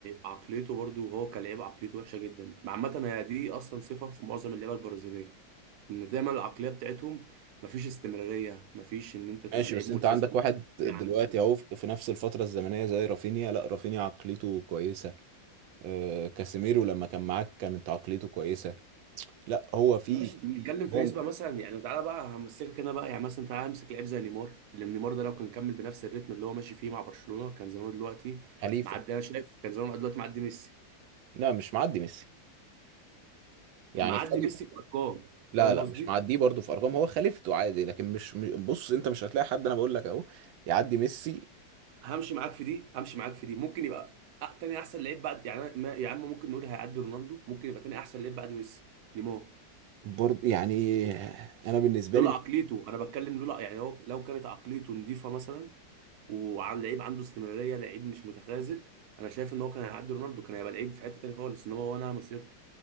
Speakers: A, on the right (about 65°); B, on the right (about 85°).
A: عقليته برضو هو كلاعب عقليته وحشه جدا عامه هي دي اصلا صفه في معظم اللعيبه البرازيليه ان دايما العقليه بتاعتهم مفيش استمراريه مفيش ان انت تبقى
B: ماشي
A: لعيب
B: بس
A: ملتزم
B: انت عندك
A: تيجي
B: واحد دلوقتي
A: على نفسك
B: اهو في في نفس الفترة الزمنية زي رافينيا لا رافينيا عقليته كويسة آه، كاسيميرو لما كان معاك كانت عقليته كويسة لا هو في
A: ماشي
B: في
A: انت بتتكلم في
B: هو م-
A: نسبه مثلا يعني تعالى بقى همسكك انا بقى يعني مثلا تعالى امسك لعيب زي نيمار اللي نيمار ده لو كان كمل بنفس الريتم اللي هو ماشي فيه مع برشلونه كان زمانه دلوقتي
B: خليفة
A: معدي انا شايف كان زمانه دلوقتي معدي ميسي
B: لا مش معدي ميسي يعني
A: معدي
B: خليفة
A: ميسي في ارقام فاهم
B: لا لا
A: قصدي
B: مش معديه برضه في ارقام هو خليفته عادي لكن مش م- بص انت مش هتلاقي حد انا بقول لك اهو يعدي ميسي
A: همشي معاك في دي همشي معاك في دي ممكن يبقى أ- تاني احسن لعيب بعد يعني أنا- ما- يا عم ممكن نقول هيعدي رونالدو ممكن يبقى تاني احسن لعيب بعد ميسي نيمار
B: برضه يعني انا بالنسبة
A: لولا
B: لي
A: عقليته انا بتكلم لولا يعني هو لو كانت عقليته نظيفه مثلا وعن لعيب عنده استمراريه لعيب مش متخاذل انا شايف ان هو كان هيعدي رونالدو كان هيبقى لعيب في حته تاني خالص انما هو نهى مسيرته